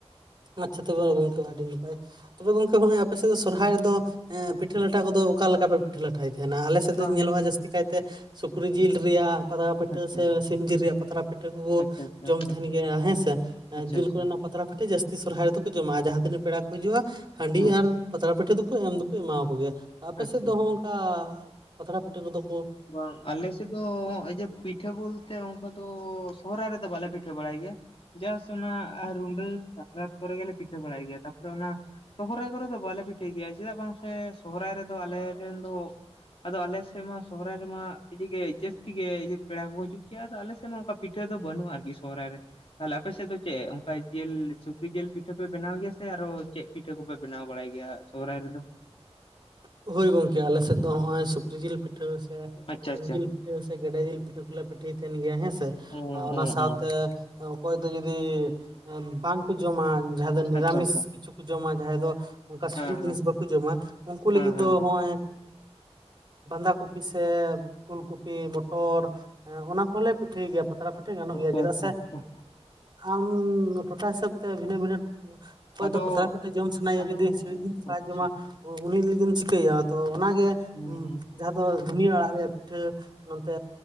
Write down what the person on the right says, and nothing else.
ᱟᱪᱪᱷᱟ ᱛᱚᱵᱮ ᱜᱚᱢᱠᱮ ᱟᱰᱤ ᱱᱟᱯᱟᱭ ᱛᱚᱵᱮ ᱜᱚᱝᱠᱮ ᱦᱚᱸᱜᱼᱚᱭ ᱟᱯᱮ ᱥᱮᱫ ᱫᱚ ᱥᱚᱨᱦᱟᱭ ᱨᱮᱫᱚ ᱯᱤᱴᱷᱟᱹ ᱞᱟᱴᱷᱟ ᱠᱚᱫᱚ ᱚᱠᱟ ᱞᱮᱠᱟ ᱯᱮ ᱯᱤᱴᱷᱟᱹ ᱞᱟᱴᱷᱟᱭ ᱛᱟᱦᱮᱱᱟ ᱟᱞᱮ ᱥᱮᱫ
ᱫᱚ ᱧᱮᱞᱚᱜᱼᱟ ᱡᱟᱥᱛᱤ ᱠᱟᱭᱛᱮ ᱥᱩᱠᱨᱤ
ᱡᱤᱞ ᱨᱮᱭᱟᱜ ᱯᱟᱛᱲᱟ ᱯᱤᱴᱷᱟᱹ
ᱥᱮ ᱥᱤᱢ ᱡᱤᱞ ᱨᱮᱭᱟᱜ ᱯᱟᱛᱲᱟ ᱯᱤᱴᱷᱟᱹ ᱠᱩᱠᱩ
ᱡᱚᱢ ᱛᱟᱦᱮᱱ ᱜᱮᱭᱟ ᱦᱮᱸᱥᱮ
ᱡᱤᱞ
ᱠᱚᱨᱮᱱᱟᱜ ᱯᱟᱛᱲᱟ ᱯᱤᱴᱷᱟᱹ ᱡᱟᱥᱛᱤ ᱥᱚᱨᱦᱟᱭ ᱨᱮᱫᱚ ᱠᱚ ᱡᱚᱢᱟ
ᱟᱨ ᱡᱟᱸᱦᱟᱸ ᱛᱤᱱᱟᱹᱜ ᱯᱮᱲᱟ ᱠᱚ ᱦᱤᱡᱩᱜᱼᱟ ᱦᱟᱺᱰᱤ
ᱟᱨ ᱯᱟᱛᱲᱟ ᱯᱤᱴᱷᱟᱹ ᱫᱚᱠᱚ ᱮᱢ ᱫᱚᱠᱚ ᱮᱢᱟᱣᱟ ᱠᱚ ᱜᱮᱭᱟ ᱟᱯᱮ
ᱥᱮᱫ ᱫᱚ ᱦᱚᱸᱜᱼᱚ ᱚᱝᱠᱟ ᱯᱟᱛᱲᱟ ᱯᱤᱴᱷᱟᱹ ᱠᱚᱫᱚ ᱠᱩ
ᱦᱳᱭ ᱜᱚᱝᱠᱮ ᱟᱞᱮ ᱥᱮᱫ ᱫᱚ ᱱᱚᱜᱼᱚᱭ ᱥᱩᱠᱨᱤ ᱡᱤᱞ ᱯᱤᱴᱷᱟᱹ ᱥᱮ
ᱥᱤᱢ
ᱡᱤᱞ ᱯᱤᱴᱷᱟᱹ ᱥᱮ ᱜᱮᱰᱮ ᱡᱤᱞ ᱯᱤᱴᱷᱟᱹ ᱠᱚᱞᱮ ᱯᱤᱴᱷᱟᱹᱭ ᱛᱟᱦᱮᱱ ᱜᱮᱭᱟ ᱦᱮᱸᱥᱮ
ᱚᱱᱟ
ᱥᱟᱶᱛᱮ
ᱚᱠᱚᱭ ᱫᱚ ᱡᱩᱫᱤ ᱵᱟᱝᱠᱚ ᱡᱚᱢᱟ ᱡᱟᱸᱦᱟᱸ ᱫᱚ ᱱᱤᱨᱟᱢᱤᱥ
ᱠᱤᱪᱷᱩ ᱡᱚᱢᱟ ᱡᱟᱸᱦᱟᱸᱭ ᱫᱚ ᱚᱱᱠᱟ ᱥᱤᱲᱤᱡ
ᱡᱤᱱᱤᱥ
ᱵᱟᱠᱩ ᱡᱚᱢᱟ ᱩᱱᱠᱩ ᱞᱟᱜᱤᱫ
ᱫᱚ
ᱱᱚᱜᱼᱚᱭ ᱵᱟᱸᱫᱷᱟ ᱠᱚᱯᱤ ᱥᱮ ᱯᱷᱩᱞ ᱠᱚᱯᱤ ᱢᱚᱴᱚᱨ ᱚᱱᱟ ᱠᱚᱞᱮ ᱯᱤᱴᱷᱟᱹᱭ ᱜᱮᱭᱟ ᱯᱟᱛᱲᱟ ᱯᱤᱴᱷᱟᱹ ᱜᱟᱱᱚᱜ
ᱜᱮᱭᱟ ᱪᱮᱫᱟᱜ
ᱥᱮ
ᱟᱢ ᱴᱚᱴᱷᱟ ᱦᱤᱥᱟᱹᱵ ᱛᱮ ᱵᱷᱤᱱᱟᱹ ᱵᱷᱤᱱᱟᱹ ᱚᱠᱚᱭ
ᱫᱚ ᱯᱟᱛᱲᱟ ᱯᱤᱴᱷᱟᱹ ᱡᱚᱢ ᱥᱟᱱᱟᱭ ᱮᱭᱟ
ᱡᱩᱫᱤ ᱥᱤᱲᱤᱡ ᱡᱤᱱᱤᱥ ᱵᱟᱭ
ᱡᱚᱢᱟ ᱩᱱᱤ ᱞᱟᱹᱜᱤᱢ ᱪᱤᱠᱟᱹᱮᱭᱟ ᱛᱚ ᱚᱱᱟᱜᱮ
ᱡᱟᱸᱦᱟᱸ ᱫᱚ ᱫᱷᱩᱱᱤᱭᱟᱹ ᱟᱲᱟᱜ ᱨᱮᱭᱟᱜ ᱯᱤᱴᱷᱟᱹ ᱱᱚᱛᱮ